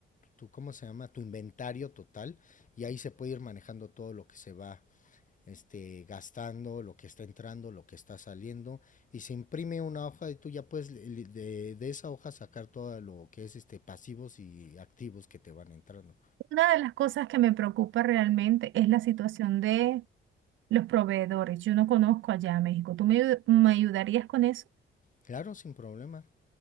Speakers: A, on the left; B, on the right.
A: tu, ¿cómo se llama? Tu inventario total, y ahí se puede ir manejando todo lo que se va este, gastando, lo que está entrando, lo que está saliendo, y se imprime una hoja y tú ya puedes de, de esa hoja sacar todo lo que es este, pasivos y activos que te van entrando.
B: Una de las cosas que me preocupa realmente es la situación de los proveedores. Yo no conozco allá a México. ¿Tú me, ayu- me ayudarías con eso?
A: Claro, sin problema.